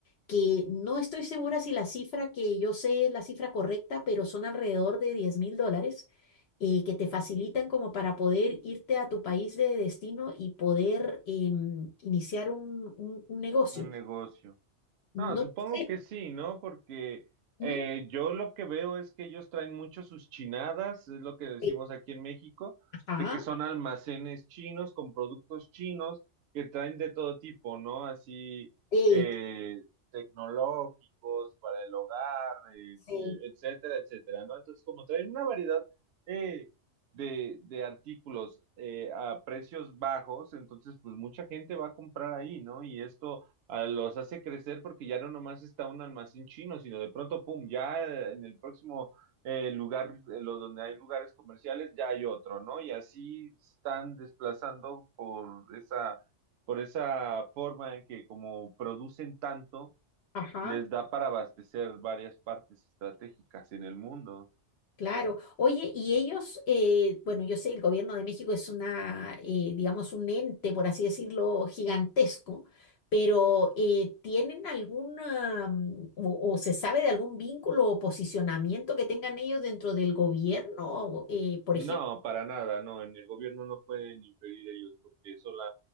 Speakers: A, on the left; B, on the right.
A: que no estoy segura si la cifra que yo sé es la cifra correcta, pero son alrededor de diez mil dólares eh, que te facilitan como para poder irte a tu país de destino y poder em, iniciar un, un- un negocio.
B: Un negocio. Ah,
A: No
B: supongo
A: sé.
B: que sí, ¿no? Porque
A: mm,
B: eh, yo lo que veo es que ellos traen mucho sus chinadas, es lo que decimos
A: eh,
B: aquí en México,
A: Ajá.
B: de que son almacenes chinos con productos chinos que traen de todo tipo, ¿no? Así
A: eh,
B: eh, tecnológicos para el hogar, eh,
A: sí
B: eh, etcétera, etcétera, ¿no? Entonces, como traen una variedad eh, de, de artículos eh, a precios bajos, entonces, pues mucha gente va a comprar ahí, ¿no? Y esto a- los hace crecer porque ya no nomás está un almacén chino, sino de pronto, pum, ya eh, en el próximo eh, lugar, eh, lo donde hay lugares comerciales, ya hay otro, ¿no? Y así están desplazando por esa, por esa forma en que como producen tanto,
A: ajá.
B: les da para abastecer varias partes estratégicas en el mundo.
A: Claro. Oye, y ellos, eh, bueno, yo sé, el gobierno de México es una, eh, digamos, un ente, por así decirlo, gigantesco, pero eh, ¿tienen alguna, mm, o, o se sabe de algún vínculo o posicionamiento que tengan ellos dentro del gobierno? Eh, por
B: No,
A: ejemplo,
B: para nada, no, en el gobierno no pueden inferir ellos, porque eso la,